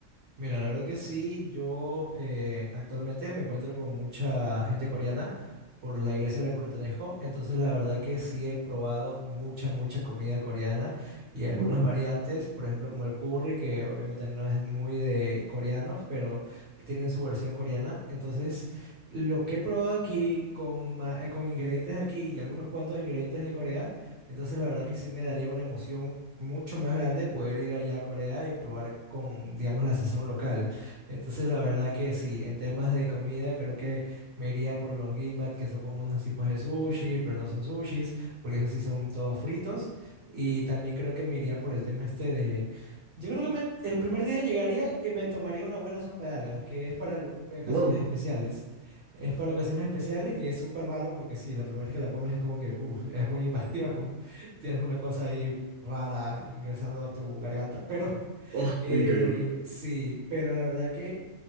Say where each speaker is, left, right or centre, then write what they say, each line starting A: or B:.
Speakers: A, on the right; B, on the right.
A: Mira, la verdad que sí, yo eh, actualmente me encuentro con mucha gente coreana por la iglesia a la que pertenezco, entonces la verdad que sí he probado mucha, mucha comida coreana y algunas
B: Wow.
A: variantes, por ejemplo como el curry, que obviamente no es muy de coreanos, pero tienen su versión coreana, entonces lo que he probado aquí con, ma- eh, con ingredientes de aquí y algunos cuantos ingredientes de Corea, entonces la verdad que sí me daría una emoción mucho más grande poder ir allá a Corea y probar con, digamos, la sazón local. Entonces, la verdad que sí, en temas de comida creo que me iría por los gimbap, que son como unos tipos de sushis, pero no son sushis, porque esos sí son todos fritos. Y también creo que me iría por el tema este de... Yo creo que me- el primer día llegaría y me tomaría una buena sopa de algas, que es para lu- ocasiones
B: Wow.
A: especiales. Es para ocasiones especiales y es súper raro porque sí, la primera vez que la comes es como que, uff, es muy invasiva, como tienes una cosa ahí rara ingresando a tu garganta, pero <laughs>
B: Oh,
A: eh,
B: increíble.
A: sí, pero la verdad que